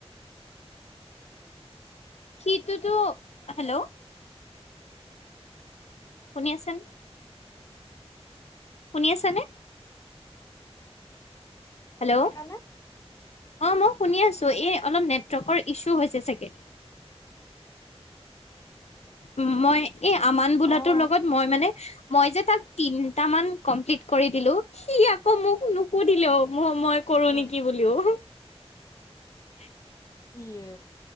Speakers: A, on the left; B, on the left.
A: সিটোতো হেল্ল'। শুনি আছোঁ নে? শুনি আছানে? হেল্ল'?
B: কাৰণে
A: অ' মই শুনি আছো, এই অলপ নেটৱৰ্কৰ ইছু হৈছে চাগে, উ' মই। এই আমান বোলাটোৰ
B: অ',
A: লগত মই মানে, মই যে তাক তিনটা মান কমপ্লিট কৰি দিলো, সি আকৌ মোক নুসুধিলেও। মুহ-মই কৰো
B: উম,
A: নেকি বুলিও। উ <unintelligible>
B: কিয়ে